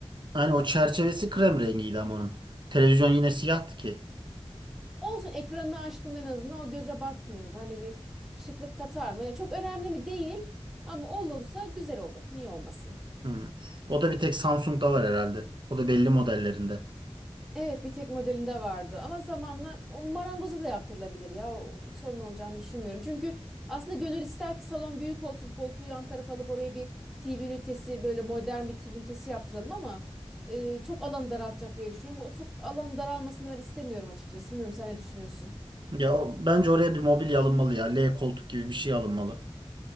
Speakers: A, on the right; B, in the centre.
A: Hani o çerçevesi krem rengiydi ama onun. Televizyon yine siyahtı ki.
B: olsun ekranını açtığında en azından o göze batmıyordu. Hani bir şıklık katar mı? Ya çok önemli mi değil ama olursa güzel olur. Niye olmasın?
A: Hmm. O da bir tek Samsung'da var herhalde. O da belli modellerinde.
B: Evet bir tek modelinde vardı ama zamanla o marangoza da yaptırılabilir ya o sorun olacağını düşünmüyorum. Çünkü aslında gönül ister ki salon büyük olsun koltuğu yan tarafa alıp oraya bir TV ünitesi böyle modern bir TV ünitesi yaptıralım ama e, çok alanı daraltacak diye düşünüyorum. O çok alanı daralmasını ben istemiyorum açıkçası. Bilmiyorum sen ne düşünüyorsun?
A: Ya o, bence oraya bir mobilya alınmalı ya. L koltuk gibi bir şey alınmalı.